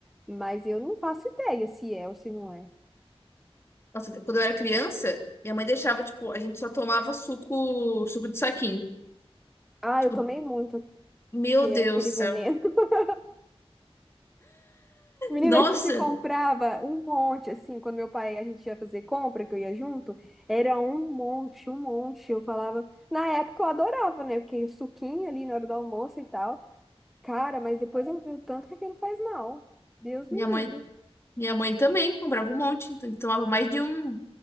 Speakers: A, in the centre; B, on the left (about 25°).
A: Mas eu não faço ideia se é ou se não é.
B: Nossa, quando eu era criança, minha mãe deixava, tipo, a gente só tomava suco, suco de saquinho.
A: Ah,
B: Tipo,
A: eu tomei muito,
B: meu
A: aquele,
B: Deus
A: aquele
B: do
A: veneno.
B: céu.
A: <laughs> Menina,
B: Nossa,
A: a gente comprava um monte, assim, quando meu pai, a gente ia fazer compra, que eu ia junto, era um monte, um monte. Eu falava, na época eu adorava, né? Porque suquinho ali na hora do almoço e tal. Cara, mas depois eu vi o tanto que aquilo faz mal. Deus
B: minha
A: me
B: mãe,
A: livre.
B: minha mãe também comprava um monte, então tomava mais de um,